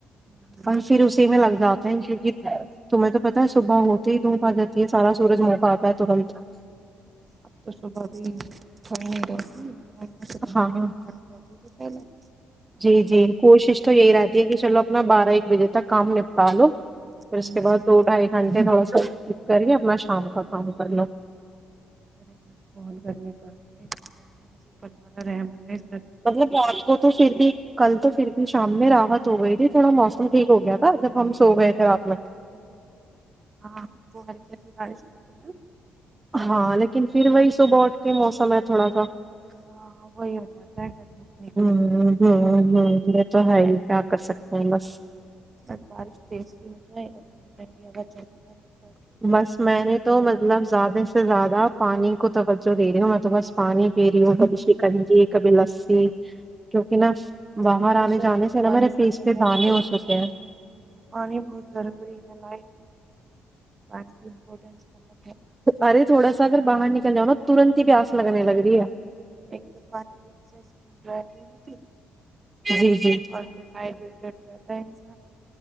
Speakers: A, on the right; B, on the right.
A: ہے
B: اور پھر اسی میں لگ جاتے ہیں کیونکہ تمہیں تو پتاہ ہے صبح ہوتے ہی دھوپ آ جاتی ہے سارا سورج منہ پ آتا ہے ترنت <unintelligible>
A: اب تو صبح بھی یں نہیں رہتی <unintelligible> صبح
B: ہاں
A: صبح
B: ہاں
A: میں ٹھنڈ رہی <inaudible> ھ <inaudible>
B: جی جی کوشش تو یہی رہتی ہے کہ چلو اپنا بارہ ایک بجے تک کام نپٹا لو <unintelligible> پھر
A: ہوں
B: اس کے بع دو ڈھائی گھنٹے تھوڑا سا <unintelligible> کرے اپنا شام کا کام کر لوں <unintelligible>
A: ارے بس بہت گرمی پا رہی ہے <unintelligible> اپ گننے میں سپر مالر اہم کرے گ <inaudible>
B: مطلب رات کو تو پھر بھی <unintelligible> کل تو پھر بھی شام میں راحت ہو گئی تھی تھوڑا موسم ٹھیک ہو گیا تھا جب ہم سو گئے تھے رات میں
A: ہاں وہ ہلکی ہلکی بارش آتی
B: ہاں لیکن پھر وہی صبح اٹھ کے موسم ہے تھوڑا سا
A: ہاں وہی ہو جاتا ہے اگر دھوپ نکلنے
B: ہ
A: کے بعد
B: ہ
A: کتنا بھی
B: ہ
A: بارش
B: یہ تو ہے ہی کیا کر سکتے ہ بس
A: بس بارش تیز سی ہو جائے اور ٹھنڈی ٹھنڈی ہوا چلنے لگے تو ٹھیک
B: بس
A: ہے
B: میں نے تو مطلب زیادہ سے زیادہ زدہ پانی کو توجہ دے رہی ہوں میں تو بس پانی پی رہی ہوں کبھی شکنجی کبھی لسی کیونکہ نا باہر
A: ب
B: آنے
A: صحیح
B: جانے
A: ہے
B: سے
A: پانی
B: نا میرے فیس
A: پینا
B: پہ
A: بہت
B: دانے ہو چکے ہیں
A: پانی بہت ضروری ہے لائٹ پانی کی امپورٹینس بہت ہے
B: ارے تھوڑا سا اگر باہر نکل جاؤ نا ترنت ہی پیاس لگنے لگ رہی ہے
A: ایک تو پانی پینے سے اسکن ڈرائی نہیں ہوتی
B: ہے جی جی
A: اور پھر ہڈری <unintelligible> رہتاس <inaudible>